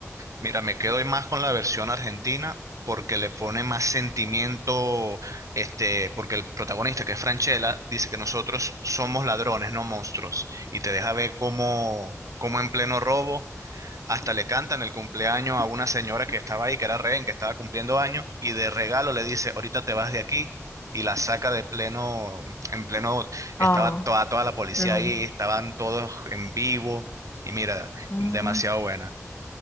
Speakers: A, on the right (about 85°); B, on the left (about 45°).
A: Mira, me quedo más con la versión argentina porque le pone más sentimiento, este, porque el protagonista, que es Franchella, dice que nosotros somos ladrones, no monstruos, y te deja ver cómo, cómo en pleno robo hasta le cantan el cumpleaños a una señora que estaba ahí, que era rehén, que estaba cumpliendo años, y de regalo le dice, ahorita te vas de aquí, y la saca de pleno, en pleno,
B: Ah,
A: estaba toda, toda la policía
B: no.
A: ahí, estaban todos en vivo, y mira,
B: Mm,
A: demasiado buena.